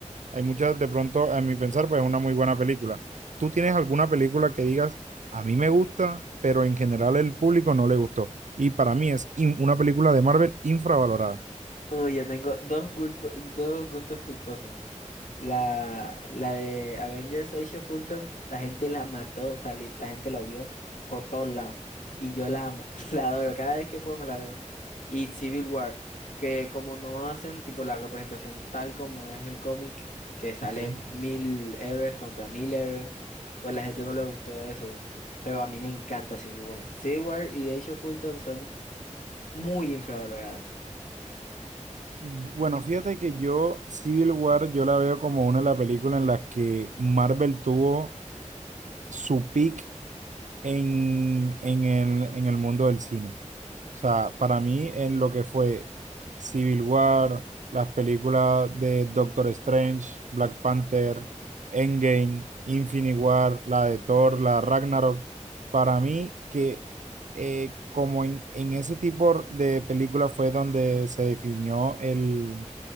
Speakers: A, on the right (about 75°); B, on the left (about 85°).
A: Hay muchas, de pronto, a mi pensar, pues es una muy buena película. ¿Tú tienes alguna película que digas, a mí me gusta, pero en general el público no le gustó? Y para mí es in- una película de Marvel infravalorada.
B: Uy, ya tengo dos, gulpo- dos gustos culposos. La, la de Avengers Age of Ultron, la gente la mató, o sea, li- la gente la odió por todos lados. Y yo la amo, <laughs> la adoro, cada vez que puedo me la veo. Y Civil War, que como no hacen tipo la representación tal como es el cómic, que salen
A: Ok.
B: mil héroes contra mil héroes, pues la gente no le gustó eso. Pero a mí me encanta Civil War. Civil War y Age of Ultron son muy infravaloradas.
A: Bueno, fíjate que yo Civil War yo la veo como una de las películas en las que Marvel tuvo su peak en, en el, en el mundo del cine. O sea, para mí en lo que fue Civil War, las películas de Doctor Strange, Black Panther, Endgame, Infinity War, la de Thor, la Ragnarok, para mí que eh, como en, en ese tipo de película fue donde se definió el